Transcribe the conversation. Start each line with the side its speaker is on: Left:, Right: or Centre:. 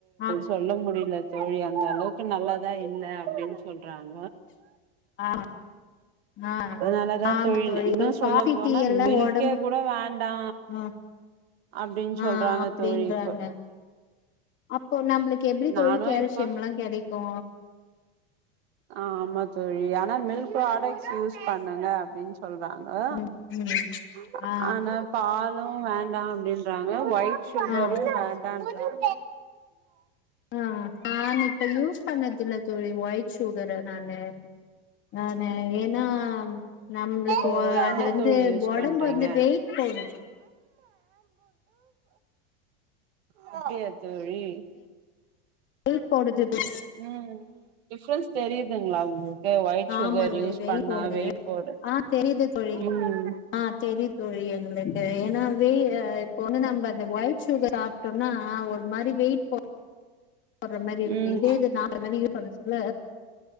Left: ஆ
Right: சொல்ல முடியில தோழி அந்த அளவுக்கு நல்லாதா இல்ல அப்டின் சொல்றாங்க
Left: ஆ <inaudible> ஆ
Right: அதனாலதா
Left: ஆமா தோழி
Right: இன்னு சொல்ல
Left: காஃபி
Right: போனா
Left: டீ எல்லா
Right: மில்கே
Left: ஒடம்புக்
Right: கூட வேண்டா
Left: அ
Right: அப்டின்னு
Left: ஆ
Right: சொல்றாங்க
Left: அப்டின்றாங்க
Right: தோழி இப்ப
Left: அப்போ நம்புளுக்கு எப்டி
Right: நானு
Left: தோழி கேல்சியம்லா
Right: இப்ப
Left: கெடைக்கூ
Right: ஆ ஆமா தோழி ஆனா மில்க் ப்ராடக்ட்ஸ் யூஸ் பண்ணுங்க அப்டின் சொல்றாங்க அ
Left: ம் ம் ஆ
Right: ஆன பாலு வேண்டா அப்டின்றாங்க ஒய்ட் சுகரு
Left: ஆ
Right: வேண்டான்றாங்க
Left: ஆ நா இப்ப யூஸ் பண்ணதுல்ல தோழி ஒயிட் சுகர் அ நானு நானு ஏன்னா நம்ப்ளுக்கு
Right: ஓ என்ன
Left: அது வந்து
Right: தோழி யூஸ்
Left: ஒடம்பு
Right: பண்றீங்க
Left: வந்து வெயிட் போடுது
Right: அப்டியா தோழி
Left: வெயிட் போடுது தோழி
Right: ம் டிஃப்ரன்ஸ் தெரியுதுங்ளா உங்களுக் கு ஒயிட் சுகர்
Left: ஆமா தோழி
Right: யூஸ்
Left: வெயிட்
Right: பண்ணா
Left: போடுது
Right: வெயிட் போடு
Left: ஆ தெரியுது தோழி
Right: ம்
Left: ஆ தெரியு தோழி எங்ளுக்கு ஏன்னா வெயி இப்ப ஒண்ணு நம்ப அந்த ஒயிட் சுகர் சாப் ட்டோன்னா ஒரு மாரி வெயிட் போட் போட்ற மாரி இருக்கு
Right: ம்
Left: இதே இது <unintelligible> மாரி யூஸ் பண்ண சொல்ல